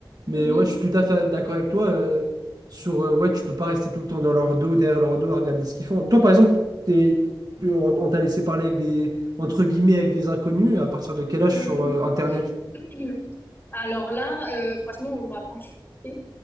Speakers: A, on the right; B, on the left.
A: Mais
B: oui.
A: ouais, je suis tout à fait d'accord avec toi. euh, sur euh, ouais, tu peux pas rester tout le temps dans leur dos, derrière leur dos, à regarder ce qu'ils font. Toi, par exemple, t'es- tu- on, on t'a laissé parler avec des, entre guillemets, avec des inconnus, à partir de quel âge
B: Euh,
A: sur euh, Internet?
B: <clears throat> alors là, euh, franchement, on m'a pas fait.